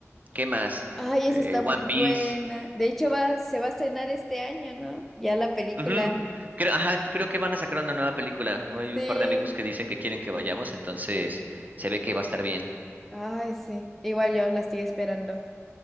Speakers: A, on the right; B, in the centre.
A: ¿qué más?
B: Ay,
A: Eh,
B: esa está muy
A: One
B: buena.
A: Piece.
B: De hecho, va, se va a estrenar este año, ¿no? Ya la película.
A: ujú, Creo, ajá, creo que van a sacar una nueva película. Hay
B: Sí.
A: un par de amigos que dicen que quieren que vayamos, entonces se ve que va a estar bien.
B: Ay, sí. Igual yo la estoy esperando.